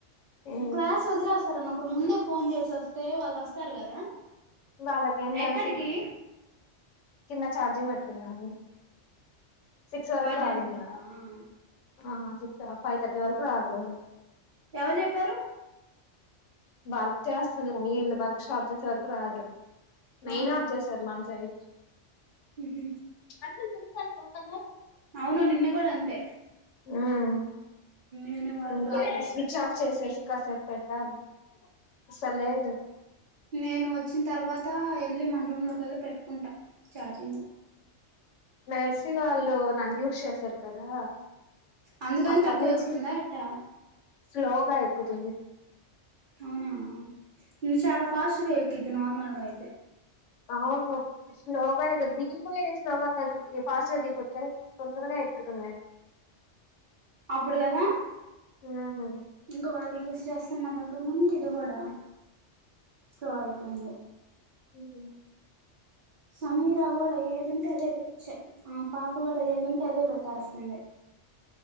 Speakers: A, on the left; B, on the right.
A: ఏంది
B: క్లాస్ వదిలెసరనప్ ప్పుడు ముందే ఫోన్ చేసోస్తే వాళ్ళు వస్తారు కదా
A: వాళ్ళకేందేల్సు
B: ఎక్కడికి
A: కింద చార్జింగ్ పెట్టుకుందామన్ సిక్స్ వరకు
B: వార్డెన్
A: రాదింగ
B: రూమ్ లోనా
A: ఆ సిక్స్ త ఫైవ్ తర్టీ వరకు రాదు
B: ఎవరు చెప్పారు
A: వర్క్ చేస్తున్న వీళ్ళు వర్క్ స్టాప్ చేసే వర్క్ రాదు మెయిన్
B: అవునా
A: అఫ్ చేసారు మనసైడ్ కీ
B: ఉహు
A: అసలు తెిసనీ పోతానవ్
B: అవును నిన్న కూడ అంతే
A: ఉమ్
B: ఈవినింగ్ వరకు
A: ఉ
B: రాలేదు
A: స్విచ్ ఆఫ్ చేసేసి కాసేపు పెట్టాలి అసలు లేదు
B: నేను వచ్చిన తర్వాత మళ్ళీ రమ్లగేలి పెట్ కుంటా చార్జింగ్
A: మెర్సిగాళ్ళు నాది యూస్ చేశారు కదా
B: అందుకని
A: అప్పటి
B: తక్కువ
A: నుంచి
B: ఎక్కుతుందా ఎట్ట
A: స్లోగా ఎక్కుతుంది
B: అవునా ఇది చాల ఫాస్ట్ గా ఎక్కిది నార్మల్ అయితే
A: అవును స్లోగ దిగిపోయి స్లోగ అది ఫాస్ట్ దిగిపోతది తొందరగా ఎక్కుతున్నాయి
B: అప్పుడు కదా
A: ఉమ్
B: ఇంకా వాళ్ళ చూస్ చేస్తున్న దగ్గర నుండి ఇది కూడ స్లో అయిపోయింది
A: ఉం
B: సమీరా కూడా ఏదింటే అదే ఆ పాప కూడా ఏదింటే అదే పెట్టేస్తంది